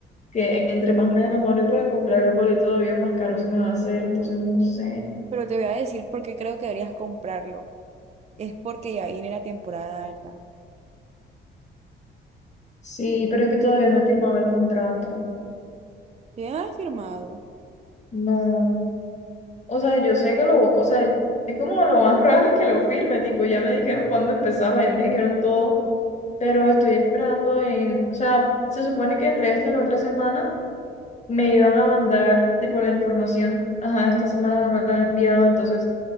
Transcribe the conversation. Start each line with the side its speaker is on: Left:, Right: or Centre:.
Left: que entre más me demore para comprar el boleto de avión, más caro se me va a hacer, entonces no sé.
Right: Pero te voy a decir por qué creo que deberías comprarlo. Es porque ya viene la temporada alta.
Left: Sí, pero es que todavía no he firmado el contrato.
Right: ¿Te han firmado?
Left: No. O sea, yo sé que lo, o sea, es como lo más <laughs> probable es que lo firme, tipo, ya me dijeron cuándo empezaba, ya me dijeron todo, pero estoy esperando en, o sea, se supone que entre esta y la otra semana me iban a mandar, tipo, la información. Ajá, esta semana no me la han enviado, entonces